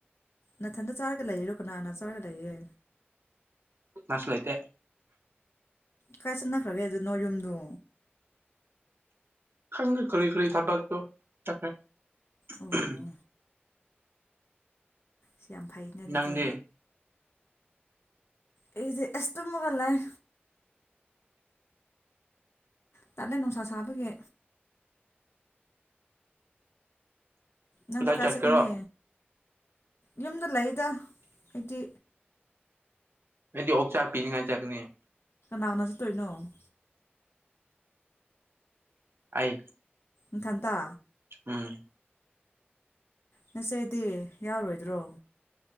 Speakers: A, on the left; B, on the right.
A: ꯅꯊꯟꯇꯗ ꯆꯥꯔꯒ ꯂꯩꯔꯣ ꯀꯅꯥꯅ ꯆꯥꯔꯒ ꯂꯩꯌꯦ꯫
B: ꯀꯅꯥꯁꯨ ꯂꯩꯇꯦ꯫
A: ꯀꯥꯏ ꯆꯠꯅꯈ꯭ꯔꯒꯦ ꯑꯗꯨ ꯅꯣꯏ ꯌꯨꯝꯗꯨ
B: ꯈꯪꯗꯦ ꯀꯔꯤ ꯀꯔꯤ ꯊꯕꯛꯇꯣ ꯆꯠꯈ꯭ꯔꯦ꯫ <unintelligible>
A: ꯑꯣ ꯁꯤ ꯌꯥꯝ ꯐꯩꯅꯦ ꯑꯗꯨꯗꯤ꯫
B: ꯅꯪꯗꯤ
A: ꯑꯩꯗꯤ ꯑꯁ ꯇꯨꯝꯃꯒ ꯂꯩ꯫ ꯇꯂꯦ ꯅꯨꯡꯁꯥ ꯁꯥꯕꯒꯤ꯫ ꯅꯪꯗꯤ
B: ꯀꯗꯥꯏ
A: ꯀꯥꯏ
B: ꯆꯠꯀꯦꯔꯣ
A: ꯆꯛꯀꯅꯤ ꯌꯨꯝꯗ ꯂꯩꯗ꯫ ꯑꯩꯗꯤ꯫
B: ꯑꯩꯗꯤ ꯑꯣꯛ ꯆꯥꯛ ꯄꯤꯅꯤꯉꯥꯏ ꯆꯀꯅꯤ꯫
A: ꯂꯅꯖꯠꯇꯣꯏꯅꯣ
B: ꯑꯩ
A: ꯏꯊꯟꯇ
B: ꯎꯝ
A: ꯅꯆꯦꯗꯤ ꯌꯥꯎꯔꯣꯏꯗ꯭ꯔꯣ